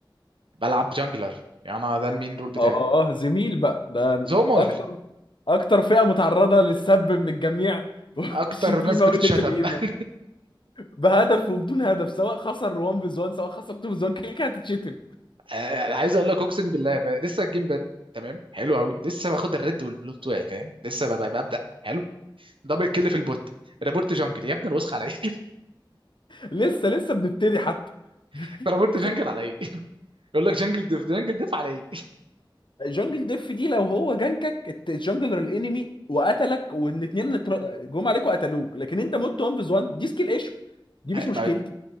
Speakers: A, on the right; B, on the left.
A: بلعب جانجلر يعني انا ده المين رول بتاعي
B: اه زميل بقى ده
A: زومول
B: اكتر اكتر فئة متعرضة للسب من الجميع <laughs> والشتيمة
A: اكتر ناس بتتشتم
B: وقلة القيمة
A: <laughs>
B: بهدف وبدون هدف سواء خسر 1 فيز 1 سواء خسر 2 فيز 1 كده كده هتتشتم
A: آه، عايز اقول لك اقسم بالله ب- لسه الجيم بادئ تمام حلو قوي لسه باخد الريد والبلو بتوعي فاهم لسه ب- ب- ببدا حلو دبل كيل في البوت رابورت جانجل يا ابني الوسخ على ايه
B: لسه لسه بنبتدي حتى
A: <laughs> رابورت
B: لسه
A: جانجل
B: بن-
A: على ايه <laughs> يقول لك جانجل ديف جانجل ديف على ايه
B: جانجل ديف دي لو هو جنكك الت- الجانجلر الانمي وقتلك والاثنين جم عليك وقتلوك لكن انت مت 1 فيز 1 دي سكيل ايشو دي
A: <laughs>
B: مش مشكلتي